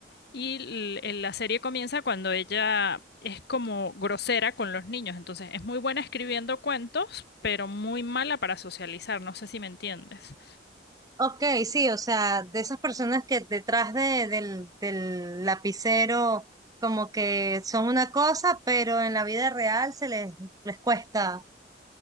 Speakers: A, on the left (about 60°); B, on the right (about 20°).
A: y l- eh, la serie comienza cuando ella es como grosera con los niños. Entonces es muy buena escribiendo cuentos, pero muy mala para socializar. No sé si me entiendes.
B: Ok, sí, o sea, de esas personas que detrás de, del, del lapicero como que son una cosa, pero en la vida real se les, les cuesta.